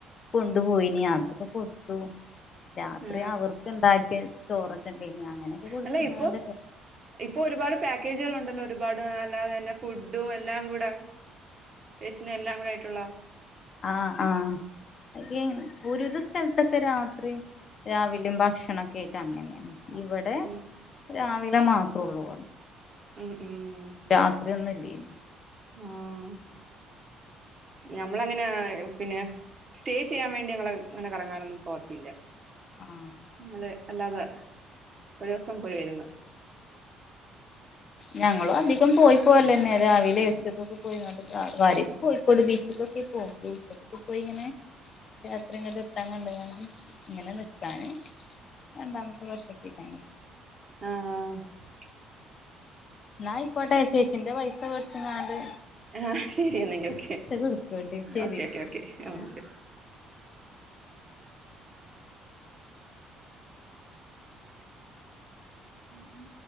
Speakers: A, on the left (about 35°); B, on the right (about 30°).
A: കൊണ്ടുപോയിന് അതൊക്കെ കൊടുത്തു. രാത്രി
B: ആഹ്
A: അവർക്ക് ഉണ്ടാക്കിയ ചോറൊക്കെ ഉണ്ടെയ്ന്ന് അങ്ങനെയൊക്കെ കൊടുത്ത്
B: അല്ല
A: ങ്ങാണ്ട്
B: ഇപ്പൊ ഇപ്പൊ ഒരുപാട് പാക്കേജുകൾ ഉണ്ടല്ലോ. ഒരുപാട് അല്ലാതെ തന്നെ ഫുഡും എല്ലാം കൂടെ രേശിന എല്ലാം കൂടെ ആയിട്ടുള്ള-
A: ആഹ് ആഹ് ദുരിത സ്ഥലത്തൊക്കെ രാത്രി രാവിലും ഭക്ഷണക്കെ ആയിട്ട് അങ്ങനെയാണ് ഇവിടെ
B: ഉം
A: രാവിലെ മാത്ര ഒള്ളൂ
B: ഉം ഉം.
A: രാത്രി ഒന്നും ഇല്ലേ-
B: ആഹ് ഞമ്മളങ്ങനെ പിന്നെ സ്റ്റേ ചെയ്യാൻ വേണ്ടി ഞങ്ങള ങ്ങനെ കറങ്ങാനൊന്നും പോവത്തില്ല-
A: ആഹ്-
B: നമ്മള് അല്ലാതെ ഒരു ദിവസം പോയി വരുന്ന <inaudible>
A: ഞങ്ങളും അധികം പോയി പോരലന്നെ രാവിലെ എര്ത്ത്ക്ക്‌കെ പോയിങ്ങ കാര്യട് കൊയിക്കോട് ബീച്ചക്കൊക്കെ പോക് ഉച്ചക്കൊക്കെ പോയി ഇങ്ങനെ രാത്രിങ്ങട്എത്താകണ്ട്കാണ്ട് ഇങ്ങനെ നിക്കാന്- രണ്ടാമത്തെ വർഷക്കിട്ട്ങ്ങനെ
B: ആഹ് <unintelligible>
A: എന്നാ അയ്ക്കോട്ടെ ചേച്ചിന്റെ പൈസ വെട്ച്ച് ങ്ങാണ്ട്
B: ആഹ് ശരിയാണങ്കി ഓക്കെ
A: കൊടുക്കോണ്ടി ശരി
B: ഓക്കെ ഓക്കേ ഓക്കെ ആഹ്
A: ആ
B: ഓക്കേ ഉം.